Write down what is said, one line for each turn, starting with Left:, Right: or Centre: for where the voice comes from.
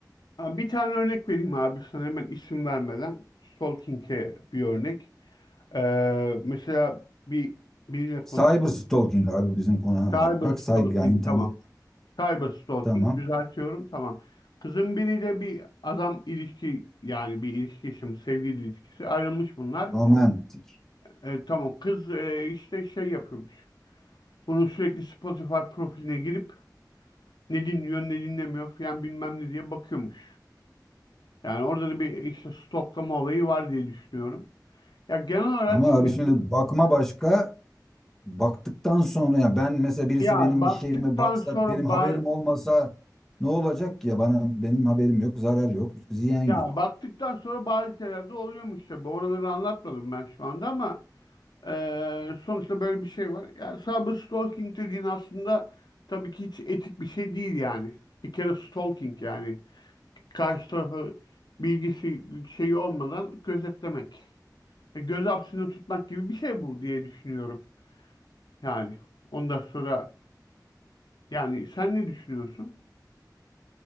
Left: Ha, bir tane örnek vereyim abi sana hemen isim vermeden. Stalking'e bir örnek. Ee, mesela bir biriyle
Centre: Cyber
Left: konuştum.
Centre: stalking abi bizim konu ama
Left: Cyber
Centre: bak cyber
Left: stalking
Centre: yani internet
Left: tamam. Cyber stalking
Centre: tamam
Left: düzeltiyorum tamam. Kızın biriyle bir adam ilişki yani bir ilişki yaşam sevgili ilişkisi ayrılmış bunlar.
Centre: romantik.
Left: E, tamam kız e, işte şey yapıyormuş. Bunun sürekli Spotify profiline girip ne dinliyor ne dinlemiyor falan bilmem ne diye bakıyormuş. Yani orada da bir işte stoklama olayı var diye düşünüyorum. Ya genel olarak
Centre: Ama abi şimdi bakma başka baktıktan sonra ya ben mesela birisi
Left: ya
Centre: benim
Left: baktıktan
Centre: bir şeyime baksa
Left: sonra
Centre: benim
Left: ba-
Centre: haberim olmasa ne olacak ki ya bana benim haberim yok zarar yok ziyan yok.
Left: ya baktıktan sonra bazı şeyler de oluyormuş tabii. Oraları anlatmadım ben şu anda ama e, sonuçta böyle bir şey var. Ya cyber stalking dediğin aslında tabii ki hiç etik bir şey değil yani. Bir kere stalking yani karşı tarafı bilgisi şeyi olmadan gözetlemek. E, Göz hapsini tutmak gibi bir şey bu diye düşünüyorum. Yani ondan sonra Yani sen ne düşünüyorsun?